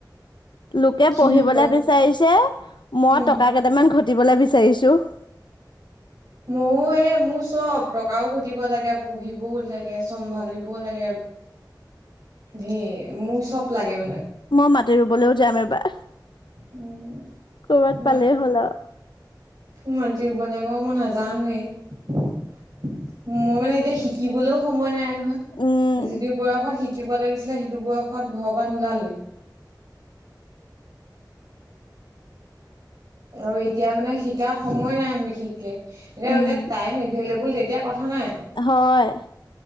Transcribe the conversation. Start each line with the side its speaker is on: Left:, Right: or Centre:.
Left: লোকে
Right: কিনো
Left: পঢ়িবলে
Right: কৈ
Left: বিচাৰিছে মই
Right: উম
Left: টকা কেইটামান ঘটিবলৈ বিচাৰিছোঁ। <inaudible>
Right: মোৰো এই মোৰ চব টকাও ঘটিব লাগে পঢ়িবও লাগে, চম্ভালিবও লাগে। ধে মোৰ চব লাগে মানে।
Left: মই মাটি ৰুবলৈও যাম এবাৰ
Right: উম
Left: ক'ৰবাত
Right: মাটি
Left: পালেই হ'ল আৰু।
Right: মাটি ৰুবলে আকৌ মই নাজানানোৱেই। মই মানে এতিয়া শিকিবলৈও সময় নাই নহয়।
Left: উম
Right: যিটো বয়সত শিকিব লাগিছিল সেইটো বয়সত ঘৰৰ পৰা নোলালোৱে। আৰু এতিয়া মানে শিকাৰ সময় নাই। বিশেষকে এতিয়া
Left: উম
Right: এতিয়া টাইম এভেইলেবোল। এতিয়া কথা নাই।
Left: হয়।